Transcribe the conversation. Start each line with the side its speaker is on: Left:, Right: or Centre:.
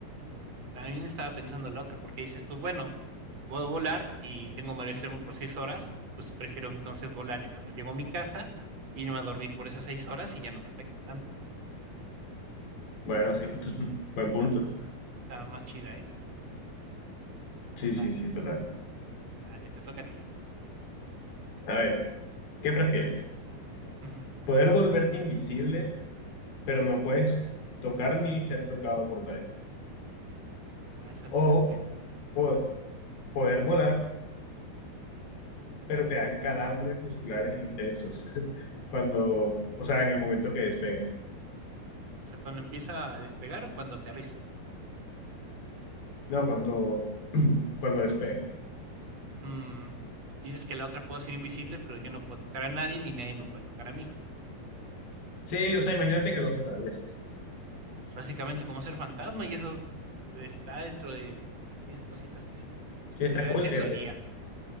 Right: También estaba pensando en la otra, porque dices tú, bueno, puedo volar y tengo mareo extremo por 6 horas, pues prefiero entonces volar ya cuando llego a mi casa, irme a dormir por esas 6 horas y ya no me afecta tanto.
Left: Bueno, sí, <laughs> buen
Right: Está,
Left: punto.
Right: está más chida esa.
Left: Sí, sí,
Right: Sale,
Left: sí, total.
Right: sale, te toca a ti.
Left: A ver, ¿qué prefieres?
Right: Ujú.
Left: ¿Poder volverte invisible, pero no puedes tocar ni ser tocado por nadie?
Right: Ah, esa
Left: ¿O
Right: fue una buena.
Left: po- poder volar, pero te dan calambres musculares intensos <laughs> cuando, o sea, en el momento que despegas?
Right: O sea, cuando empieza a despegar o cuando aterriza.
Left: No, cuando, <clears throat> cuando despegas.
Right: Mm, dices que la otra puede ser invisible, pero yo no puedo tocar a nadie ni nadie me puede tocar a mí.
Left: Sí, o sea, imagínate que los atraviesas.
Right: Es básicamente como ser fantasma y eso está dentro de mis 10 cositas que si, si
Left: Sí,
Right: pudiera
Left: está cool,
Right: hacer
Left: ¿cierto?
Right: lo haría.